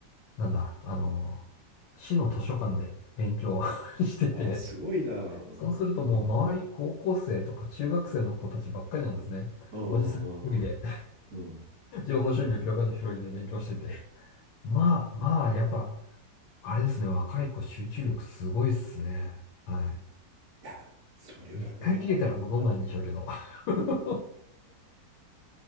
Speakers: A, on the left; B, on the right.
A: う、なんだ、あの、市の図書館で勉強 <laughs> してて、
B: あ、すごいな。うん。
A: そうするともう周り高校生とか中学生の子たちばっかりなんですね。
B: うんうんうんうん。
A: おじさん一人で
B: うん
A: <laughs> 情報収入教科書広げて勉強してて。まあ、まあ、やっぱ、あれですね、若い子集中力すごいっすね。は
B: いや、それはね、
A: い。一回切れたら戻んないんでしょうけど。<laughs>